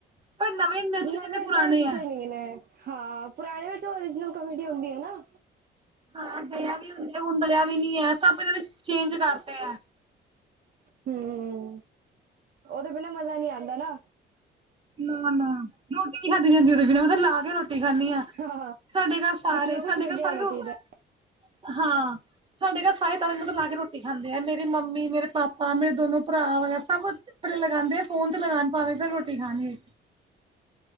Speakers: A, on the right (about 25°); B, on the right (about 50°).
A: ਪਰ ਨਵੇਂ ਇੰਨੇ ਅੱਛੇ
B: ਨਵੇਂ
A: ਜਿੰਨੇ ਪੁਰਾਣੇ
B: ਤੇ ਅੱਛੇ
A: ਆ
B: ਨੀਂ ਨੇਂ ਹਾਂ, ਪੁਰਾਣੇ ਵਿੱਚ ਓਰੀਜਨਲ ਕੋਮੇਡੀ ਹੁੰਦੀ ਐ ਨਾਂ।
A: ਹਾਂ ਦਇਆ ਵੀ ਹੁੰਣ ਹੁੰਦਲਿਆ ਵੀ ਨੀੱ ਐ, ਸਭ ਇਹਨਾਂ ਦੇ ਚੇਂਜ ਕਰਤੇ ਐ।
B: ਹਂ, ਉਹਦੇ ਬਿਨਾਂ ਮਜ਼ਾ ਨ੍ਹੀਂ ਆਉਂਦਾ ਨਾਂ
A: ਨਾਂ, ਨਾਂ ਰੋਟੀ ਨ੍ਹੀਂ ਖਾਂਦੀ ਜਾਂਦੀ ੳਹਦੇ ਬਿਨਾਂ, ਮੈਂ ਤੇ ਲਾ ਕੇ ਰੋਟੀ ਖਾਂਣੀ ਆਂ।
B: ਹਾਂ
A: ਸਾਡੇ ਘਰ ਸਾਰੇ
B: ਕੁਛ ਨਾ ਕੁਛ
A: ਸਾਡੇ
B: ਲੱਗਿਆ
A: ਘਰ ਸਾਰੇ
B: ਹੋਣਾ ਚਾਹੀਦਾ
A: <unintelligible> ਹਾਂ, ਸਾਡੇ ਘਰ ਸਾਰੇ ਤਾਰਕ ਮਹਿਤਾ ਲਾ ਕੇ ਰੋਟੀ ਖਾਂਦੇ ਐ, ਮੇਰੀ ਮੰਮੀ ਮੇ ਮੇਰੇ ਪਾਪਾ, ਮੇਰੇ ਦੋਨੋ ਭਰਾ, ਵਗੇਰਾ ਸਭ ਸਾਰੇ ਪਹਿਲਾਂ ਲਗਾਂਦੇ ਆ ਫੋਨ ਤੇ ਲਗਾਉਣ ਪਾਵੇਂ। ਫਿਰ ਰੋਟੀ ਖਾਣੀ।